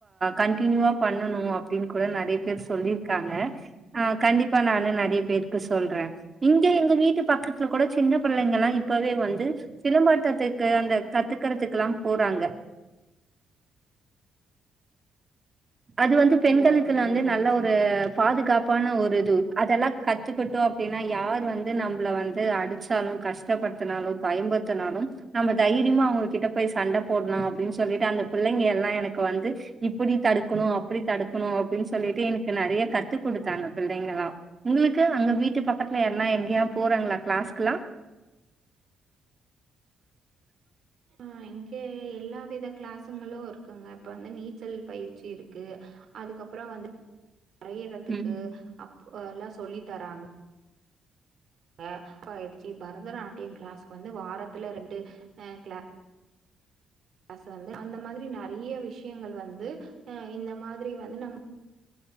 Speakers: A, on the right; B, on the right.
A: கண்டினியூவா பண்ணனும் அப்டின்னு கூட நெறைய பேரு சொல்லிருக்காங்க ஆஹ கண்டிப்பா நானும் நெறைய பேருக்கு சொல்றேன் இங்க எங்க வீட்டு பக்கத்துல கூட சின்ன பிள்ளைங்க எல்லாம் இப்பவே வந்து சிலம்பாட்டத்துக்கு அந்த கத்துக்கறதுக்கு எல்லாம் போறாங்க அது வந்து பெண்களுக்கு
B: ஓ அப்டிங்களா
A: வந்து நல்ல
B: சேரி
A: ஒரு
B: சேரி
A: பாதுகாப்பான ஒரு அதெல்லாம் கத்துக்கிட்டோம் அப்டினா யார் வந்து நம்மல வந்து அடிச்சாலும் கஷ்டப்படுத்தினாலும் பயப்டுத்தினாலும் நம்ம தைரியமா அவங்க கிட்ட போய் சண்டை போடலாம் அப்படின்னு சொல்லிட்டு அந்த பிள்ளைங்க எல்லாம் எனக்கு வந்து இப்டி தடு க்கணும் அப்படி தடுக்கணும் அப்படின்னு சொல்லிட்டு எனக்கு நிறைய கத்து கொடுத்தாங்க பிள்ளைங்களாம் உங்களுக்கு அங்க வீட்டு பக்கத்துல எல்லாம் எங்கேயாவது போறாங்களா கிளாஸ்க்கெல்லாம்
B: ம் இங்க எல்லா வித கிளாசுங்களும் இருக்குங்க இப்ப வந்து நீச்சல் பயிற்சி இருக்கு அதுக்கப்பறம் வந்து வரையிறதுக்கு
A: ம்.
B: அப் ஒ எல்லா சொல்லி தராங்க அப்ப ஆயிடுச்சு பரதநாட்டியம் கிளாஸ்கு வந்து வாரத்துல ரெண்டு கிளா காசு வந்து அந்த மாதிரி நெறைய விஷயங்கள் வந்து அ இந்த மாதிரி வந்து நம்